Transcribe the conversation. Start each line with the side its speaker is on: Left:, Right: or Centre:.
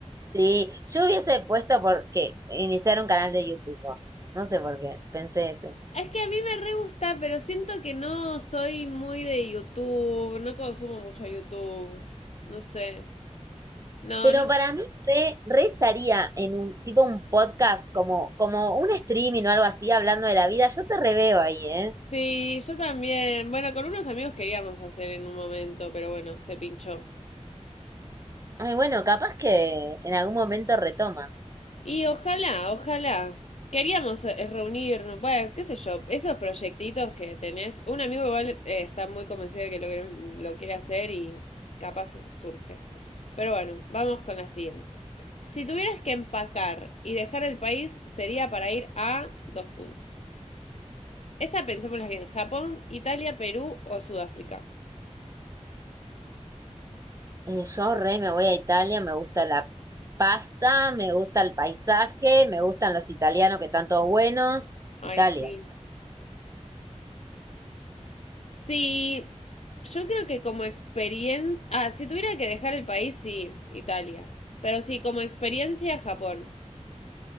Right: Sí, yo hubiese puesto porque iniciar un canal de YouTube, vos. No sé por qué, pensé ese.
Left: Es que a mí me re gusta, pero siento que no soy muy de YouTube, no consumo mucho YouTube, no sé. No,
Right: Pero
Left: no
Right: para mí re, re estaría en un tipo un podcast, como, como un streaming o algo así, hablando de la vida. Yo te reveo ahí, ¿eh?
Left: Sí, yo también. Bueno, con unos amigos queríamos hacer en un momento, pero bueno, se pinchó.
Right: Ay, bueno, capaz que en algún momento retoma.
Left: Y ojalá, ojalá. Queríamos eh, reunir, bueno, qué sé yo, esos proyectitos que tenés. Un amigo igual eh, está muy convencido de que lo, quiere- lo quiere hacer y capaz surge. Pero bueno, vamos con la siguiente. Si tuvieras que empacar y dejar el país, sería para ir a dos puntos. Esta pensémosla bien, Japón, Italia, Perú o Sudáfrica.
Right: Eh, yo re me voy a Italia, me gusta la pasta, me gusta el paisaje, me gustan los italianos que están todos buenos.
Left: Ay,
Right: Italia,
Left: sí. Sí, yo creo que como experiencia... Ah, si tuviera que dejar el país, sí, Italia. Pero sí, como experiencia, Japón.